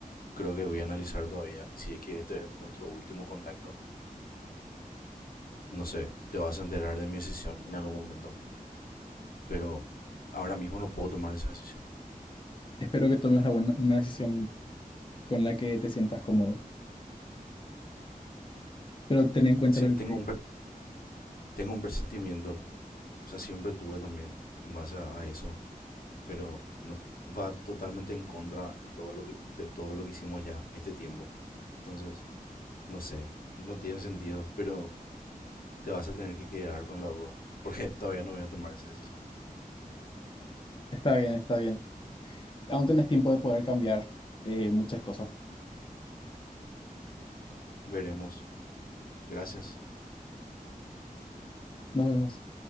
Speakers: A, on the left (about 80°); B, on the left (about 35°).
A: creo que voy a analizar todavía y si es que este es nuestro último contacto, no sé, te vas a enterar de mi decisión en algún momento, pero ahora mismo no puedo tomar esa decisión.
B: Espero que tomes la buena, una decisión con la que te sientas cómodo. Pero ten en cuenta
A: Sí,
B: lo que
A: tengo,
B: te digo.
A: un, pre- tengo un presentimiento, o sea, siempre tuve también en base a, a eso, pero no va totalmente en contra en todo lo que, de todo lo que hicimos ya este tiempo. Entonces, no sé, no tiene sentido, pero te vas a tener que quedar con la duda, porque <laughs> todavía no voy a tomar esa decisión.
B: Está bien, está bien. Aún tenés tiempo de poder cambiar eh, muchas cosas.
A: Veremos. Gracias.
B: Nos vemos.